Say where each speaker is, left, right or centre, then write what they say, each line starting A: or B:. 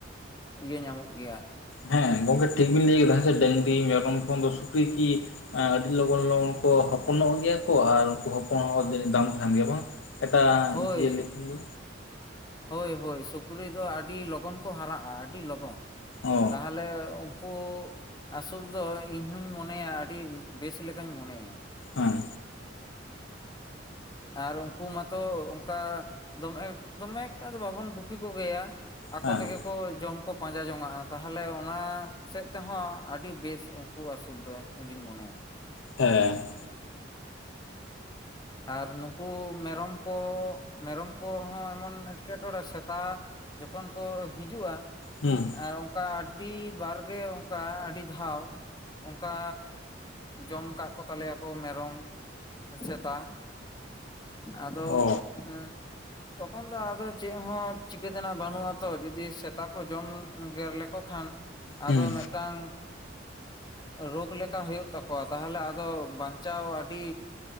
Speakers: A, on the left; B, on the left.
A: ᱤᱭᱟᱹ ᱧᱟᱢᱚᱜ ᱜᱮᱭᱟ
B: ᱦᱮᱸ ᱜᱚᱢᱠᱮ ᱴᱷᱤᱠ ᱵᱤᱱ ᱞᱟᱹᱭ ᱠᱮᱫᱟ ᱦᱮ ᱰᱟᱹᱝᱜᱨᱤ ᱢᱮᱨᱚᱢ ᱠᱷᱚᱱ ᱫᱚ ᱥᱩᱠᱨᱤ ᱠᱤ ᱮ ᱟᱹᱰᱤ ᱞᱚᱜᱚᱱ ᱞᱚᱜᱚᱱ ᱠᱚ ᱦᱚᱯᱚᱱᱚᱜ ᱜᱮᱭᱟ ᱠᱚ ᱟᱨ ᱩᱱᱠᱩ ᱦᱚᱯᱚᱱ ᱦᱚᱸ ᱫᱟᱢ ᱛᱟᱦᱮᱱ ᱜᱮᱭᱟ ᱵᱟᱝ ᱮᱴᱟᱜ
A: ᱦᱳᱭ
B: ᱡᱤᱭᱟᱹᱞᱤ ᱠᱷᱚᱱ ᱫᱚ
A: ᱦᱳᱭ ᱦᱳᱭ ᱥᱩᱠᱨᱤ ᱫᱚ ᱟᱹᱰᱤ ᱞᱚᱜᱚᱱ ᱠᱚ ᱦᱟᱨᱟᱜᱼᱟ ᱟᱹᱰᱤ ᱞᱚᱜᱚᱱ
B: ᱚ
A: ᱛᱟᱦᱞᱮ ᱛᱟᱦᱞᱮ ᱩᱱᱠᱩ ᱟᱹᱥᱩᱞ ᱫᱚ ᱤᱧᱦᱚᱧ ᱢᱚᱱᱮᱭᱟ ᱟᱹᱰᱤ ᱵᱮᱥ ᱞᱮᱠᱟᱧ ᱢᱚᱱᱮᱭᱟ
B: ᱦᱮᱸ
A: ᱟᱨ ᱩᱱᱠᱩ ᱢᱟᱛᱚ ᱚᱱᱠᱟ ᱫᱚᱢᱮ ᱫᱚᱢᱮ ᱮᱠᱴᱟ ᱫᱚ ᱵᱟᱵᱚᱱ ᱜᱩᱯᱤ ᱠᱚ ᱜᱮᱭᱟ ᱟᱠᱚ
B: ᱦᱮᱸ
A: ᱛᱮᱜᱮ ᱠᱚ ᱡᱚᱢ ᱠᱚ ᱯᱟᱸᱡᱟ ᱡᱚᱝᱟᱜᱼᱟ ᱛᱟᱦᱮᱞᱮ ᱚᱱᱟ ᱥᱮᱫ ᱛᱮᱦᱚᱸ ᱟᱹᱰᱤ ᱵᱮᱥ ᱩᱱᱠᱩ ᱟᱹᱥᱩᱞ ᱫᱚ ᱤᱧᱫᱩᱧ ᱢᱚᱱᱮᱭᱟ
B: ᱦᱮᱸ
A: ᱟᱨ ᱱᱩᱠᱩ ᱢᱮᱨᱚᱢ ᱠᱚ ᱢᱮᱨᱚᱢ ᱠᱚᱦᱚᱸ ᱮᱢᱚᱱ ᱮᱸᱴᱠᱮᱴᱚᱬᱮ ᱥᱮᱛᱟ ᱡᱚᱠᱷᱚᱱ ᱠᱚ ᱦᱤᱡᱩᱜᱼᱟ
B: ᱦᱩᱸ
A: ᱟᱨ ᱚᱱᱠᱟ ᱟᱹᱰᱤ ᱵᱟᱨᱜᱮ ᱚᱱᱠᱟ ᱟᱹᱰᱤ ᱫᱷᱟᱣ ᱚᱱᱠᱟ ᱡᱚᱢ ᱠᱟᱜ ᱠᱚ ᱛᱟᱞᱮᱭᱟᱠᱚ ᱢᱮᱨᱚᱢ ᱥᱮᱛᱟ ᱟᱫᱚ
B: ᱚ
A: <unintelligible> ᱛᱚᱠᱷᱚᱱ ᱫᱚ ᱟᱫᱚ ᱪᱮᱫ ᱦᱚᱸ ᱪᱤᱠᱟᱹ ᱛᱮᱱᱟᱜ ᱵᱟᱹᱱᱩᱜ ᱟᱛᱚ ᱡᱩᱫᱤ ᱥᱮᱛᱟ ᱠᱚ ᱡᱚᱢ ᱜᱮᱨ ᱞᱮᱠ ᱠᱚ ᱠᱷᱟᱱ ᱟᱫᱚ
B: ᱦᱩᱸ
A: ᱢᱮᱫᱴᱟᱝ ᱨᱳᱜᱽ ᱞᱮᱠᱟ ᱦᱩᱭᱩᱜ ᱛᱟᱠᱚᱣᱟ ᱛᱟᱦᱞᱮ ᱟᱫᱚ ᱵᱟᱧᱪᱟᱣ ᱟᱹᱰᱤᱼᱼ